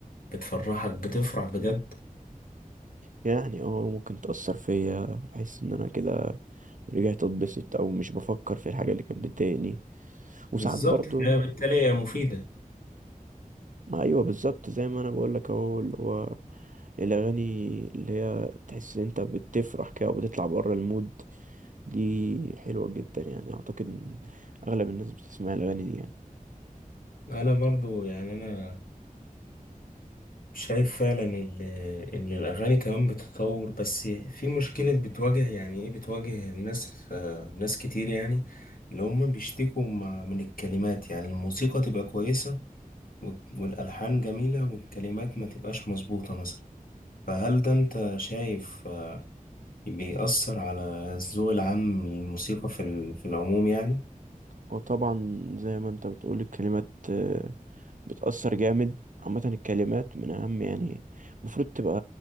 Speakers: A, on the left; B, on the right.
A: بتفرحك بتفرح بجد
B: يعني اه ممكن تأثر فيا أحس إن أنا كده رجعت أتبسط أو مش بفكر في الحاجة اللي كانت بتضايقني وساعات
A: بالظبط
B: برضه
A: هي بالتالي هي مفيدة
B: ما أيوه بالظبط زي ما أنا بقولك أهو اللي هو الأغاني اللي هي بتحس إن أنت بتفرح كده وبتطلع بره المود دي حلوة جدا يعني أعتقد إن أغلب الناس بتسمع الأغاني دي يعني.
A: أنا برضو يعني أنا شايف فعلا ال- ان الاغاني كمان بتتطور بس في مشكلة بتواجه يعني ايه بتواجه الناس آه، ناس كتير يعني اللي هم بيشتكوا م- من الكلمات يعني الموسيقى تبقى كويسة والك- والالحان جميلة والكلمات ما تبقاش مظبوطة مثلا فهل ده انت شايف آه، بيأثر على الذوق العام للموسيقى في ال- في العموم يعني
B: وطبعا زي ما انت بتقول الكلمات آه، بتأثر جامد عامة الكلمات من أهم يعني المفروض تبقى